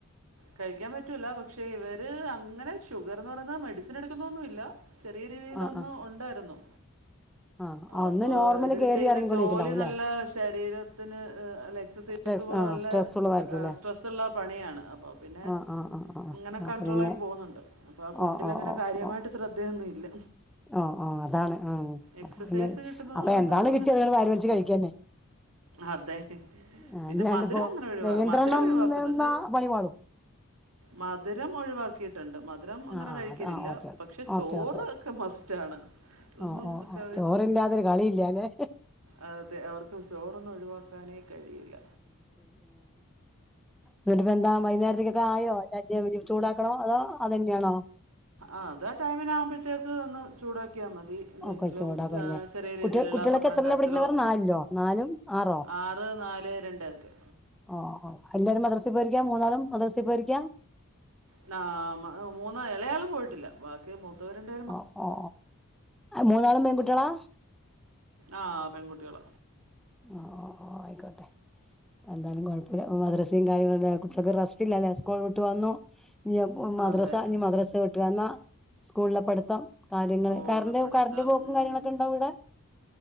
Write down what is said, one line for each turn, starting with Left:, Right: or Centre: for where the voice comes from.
Right: കഴിക്കാൻ പറ്റൂല്ല പക്ഷേ ഇവര് അങ്ങനെ ഷുഗർ ന്ന് പറയുന്ന മെഡിസിൻ എടുക്കുന്നൊന്നുല്ല. ചെറിയ രീതിയിലൊന്ന്
Centre: ആ ആ
Right: ഒണ്ടായിരുന്നു.
Centre: ആഹ് ഒന്ന്
Right: അപ്പോ
Centre: നോർമല്
Right: ഇവര്
Centre: കേറി
Right: ചെയ്യ്ന്ന
Centre: ഇറങ്ങിക്കൊണ്ടിരിക്കണ്ടാവുംല്ലേ
Right: ജോലി നല്ല ശരീരത്തിന് എക്സസൈ
Centre: സ്ട്രെസ്
Right: സ് പോലെ
Centre: ആ
Right: നല്ല
Centre: സ്ട്രെസ് ഉള്ളതായിരിക്കുംല്ലേ
Right: ഏ സ്ട്രെസ്സുള്ള പണിയാണ് അപ്പോ പിന്നെ
Centre: ആഹ് ആഹ് ആഹ് ആഹ്
Right: ഇങ്ങനെ
Centre: അപ്പൊ
Right: കൺട്രോൾ
Centre: പിന്നെ
Right: ആയി പോകുന്നുണ്ട്. അപ്പൊ ആഹ് ഫുഡിൽ
Centre: ഓ ഓ
Right: അങ്ങനെ
Centre: ഓ
Right: കാര്യമായിട്ട്
Centre: ഓ
Right: ശ്രദ്ധയൊന്നും ഇല്ല.
Centre: ഓ ഓ അതാണ് ആഹ്.
Right: എക്സസൈസ്
Centre: അപ്പൊ പിന്നെ
Right: കിട്ടുന്നത്
Centre: അപ്പൊ
Right: കൊണ്ട്
Centre: എന്താണ്
Right: അങ്ങനെ
Centre: കിട്ടിയത് അത് വാരിവലിച്ച്
Right: കെഴപ്പല്ല.
Centre: കഴിക്കന്നെ
Right: അതെ
Centre: ആ,
Right: പിന്നെ
Centre: അല്ലാണ്ട്
Right: മധുരം
Centre: ഇപ്പോ
Right: അങ്ങനെ ഒഴിവാ
Centre: നിയന്ത്രണം
Right: മധുരം ഒഴിവാക്ക്ന്ന്ണ്ട്.
Centre: നിന്നാ പണി പാളും
Right: മധുരം ഒഴിവാക്കിയിട്ട്ണ്ട് മധുരം അങ്ങനെ
Centre: ആഹ് ആഹ്
Right: കഴിക്കലില്ല
Centre: അത് ആഹ് ഓക്കെ
Right: പക്ഷെ ചോറ്.
Centre: ഓക്കെ ഓക്കെ ഓക്കെ
Right: ഒക്കെ മസ്റ്റാണ്. അതൊന്നും
Centre: ഓ ഓ
Right: ഒക്കെ
Centre: ആഹ് ചോറില്ലാത്തൊരു കളില്ലൃല്ലേ.
Right: അതെ അവർക്ക് ചോറൊന്നും ഒഴിവാക്കാനേ കഴിയില്ല.
Centre: ന്നട്ട്പ്പ എന്താ വൈന്നേരത്തേക്ക് ഒക്കെ ആയോ <unintelligible> ചൂടാക്കണോ അതോ അതന്നെയാണോ?
Right: ആഹ് അത് ആഹ് ടൈമിന് ആകുമ്പോഴത്തേക്ക് ഒന്ന് ചൂടാക്കിയാ മതി. എന്തെങ്കിലും
Centre: ഒക്കെ ചൂടാക്കല്ലേ
Right: ആഹ് ചെറിയ രീതിയില്ള്ള
Centre: കുട്ടി കുട്ടികളൊക്കെ
Right: പപ്പടം
Centre: എത്രല്ല
Right: കാച്ചലോ.
Centre: പഠിക്കണ പറ നാലിലോ നാലും ആറോ
Right: ആറ് നാല് രണ്ടക്കെ
Centre: ഓ ഓ എല്ലാരും മദ്രസേ പോയിരിക്കാ മൂന്നാളും മദ്രസേ പോയിരിക്കാ.
Right: ന്നാ മ മൂന്ന് എളയാള് പോയിട്ടില്ല ബാക്കി മൂത്തവര്ണ്ട്
Centre: ഒ ഓ മൂന്നാളും പേൺകുട്ടിയളാ
Right: ആ പെൺകുട്ടികള
Centre: ഓ അയിക്കോട്ടെ എന്തായാലും കോഴപ്പ മദ്രസിം കാര്യങ്ങള് കുട്ടിയൾക്ക് റസ്റ്റ് ഇല്ലല്ലേ സ്കൂള് വിട്ട് വന്നു ഇഞ്ഞി മദ്രസ
Right: അതെ
Centre: ഇഞ് മദ്രസ വിട്ടുവന്ന സ്കൂൾലെ പട്ത്തം കാര്യങ്ങള്
Right: സ്കൂളിൽ
Centre: കറണ്ട്
Right: പഠിത്തം
Centre: കറണ്ട് പോക്കും
Right: ഉം.
Centre: കാര്യങ്ങളൊക്ക ഇണ്ടോ അവ്ടെ